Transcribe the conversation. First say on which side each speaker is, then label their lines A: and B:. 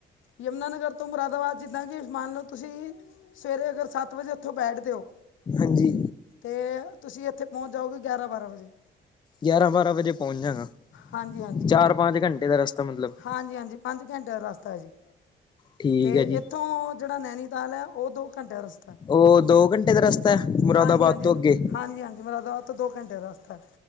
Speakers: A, on the left; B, on the left.
A: ਯਮੁਨਾ ਨਗਰ ਤੋਂ ਮੁਰਾਦਾਬਾਦ ਜਿੱਦਾਂ ਕਿ ਮਨ ਲੋ ਤੁਸੀਂ ਸਵੇਰੇ ਅਗਰ ਸਤ ਵਜੇ ਤਥੋ ਬੈਠਦੇ ਔ
B: ਹਾਂਜੀ
A: ਤੇ ਤੁਸੀਂ ਇਥੇ ਪਹੁੰਚ ਜਾਓਗੇ ਗਿਆਰਾ-ਬਾਰਾ ਵਜੇ।
B: ਗਿਆਰਾਂ -ਬਾਰਾਂ ਵਜੇ ਪਹੁੰਚ ਜਾਗਾ।
A: ਹਾਂਜੀ, ਹਾਂਜੀ,
B: ਚਾਰ ਪੰਜ ਘੰਟੇ ਦਾ ਰਸਤਾ ਮਤਲਬ
A: ਹਾਂਜੀ, ਹਾਂਜੀ ਪੰਜ ਘੰਟੇ ਦਾ ਰਸਤਾ ਐ ਜੀ।
B: ਠੀਕ
A: ਤੇ
B: ਹੈ ਜੀ
A: ਇਥੋਂ ਜਿਹੜਾ ਨੈਨੀਤਾਲ ਐ ਉਹ ਦੋ ਘੰਟੇ ਦਾ ਰਸਤਾ।
B: ਉਹ ਦੋ ਘੰਟੇ ਦਾ ਰਸਤਾ ਮੁਰਾਦਾਬਾਦ
A: ਹਾਂਜੀ ਹਾਂਜੀ
B: ਤੋਂ ਅੱਗੇ।
A: ਹਾਂਜੀ, ਹਾਂਜੀ ਮੁਰਾਦਾਬਾਦ ਤੋਂ ਦੋ ਘੰਟੇ ਦਾ ਰਸਤਾ